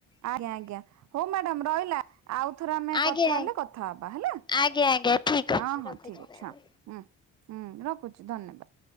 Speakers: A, on the right (about 65°); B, on the left (about 15°).
A: ଆଜ୍ଞା ଆଜ୍ଞା ହଉ ମାଡମ୍ ରହିଲା ଆଉ ଥରେ ଆମେ
B: ଆଜ୍ଞା
A: କଥା ହେଲେ କଥା ହବା ହେଲା।
B: ଆଜ୍ଞା ଆଜ୍ଞା ଆଜ୍ଞା ଠିକ ଅଛି
A: ହଁ ହଁ
B: ରଖୁଛି
A: ଠିକ
B: ବାଏ
A: ଅଛି
B: ବାଏ।
A: ହଁ ହୁଁ ହୁଁ ରଖୁଛି ଧନ୍ୟବାଦ୍।